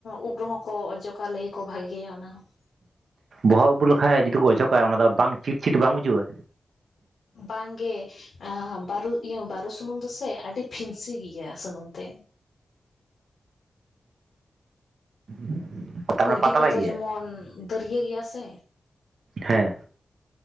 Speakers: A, on the left; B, on the right.
A: ᱩᱵ ᱨᱮᱦᱚᱸ ᱠᱚ ᱚᱡᱚᱜᱟ ᱞᱟᱹᱭᱭᱟᱠᱚ ᱵᱷᱟᱜᱤᱭᱟ ᱚᱱᱟ ᱦᱚᱸ
B: ᱵᱚᱦᱚᱜ ᱩᱵᱩ ᱞᱮᱠᱷᱟᱡ ᱡᱩᱫᱤ ᱠᱚ ᱚᱪᱚᱜ ᱠᱟᱜᱼᱟ ᱚᱱᱟ ᱫᱚ ᱵᱟᱝ ᱪᱤᱴᱪᱷᱤᱴ ᱵᱟᱝ ᱵᱩᱡᱩᱜᱼᱟ?
A: ᱵᱟᱝᱜᱮ ᱵᱟᱨᱩ ᱤᱭᱟᱹ ᱵᱟᱨᱩ ᱥᱩᱱᱩᱢ ᱫᱚᱥᱮ ᱟᱹᱰᱤ ᱯᱷᱤᱱᱥᱤ ᱜᱮᱭᱟ ᱥᱩᱱᱩᱢ ᱛᱮ
B: <inaudible>
A: ᱠᱩᱭᱰᱤ ᱠᱚᱫᱚ
B: ᱜᱮᱭᱟ
A: ᱡᱮᱢᱚᱱ ᱫᱟᱹᱨᱭᱟᱹ ᱜᱮᱭᱟ ᱥᱮ
B: ᱦᱮᱸ